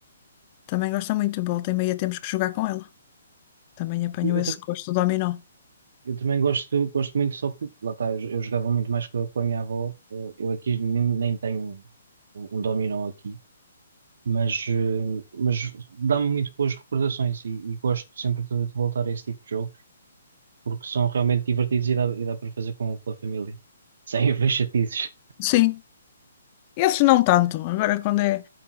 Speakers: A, on the left; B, on the right.
A: Também gosta muito. Volta e meia temos que jogar com ela. Também apanhou
B: Eu, eu
A: esse
B: tam-
A: gosto do dominó.
B: eu também gosto, gosto muito só porque, lá está, eu, eu jogava muito mais com, a com a minha avó, eu, eu aqui nem, nem tenho um, um dominó aqui. Mas, eh, mas dá-me muito boas recordações e, e gosto sempre de, de voltar a esse tipo de jogo. porque são realmente divertidos e dá, e dá para fazer com, com a família, sem haver chatices.
A: Sim, esses não tanto. Agora quando é.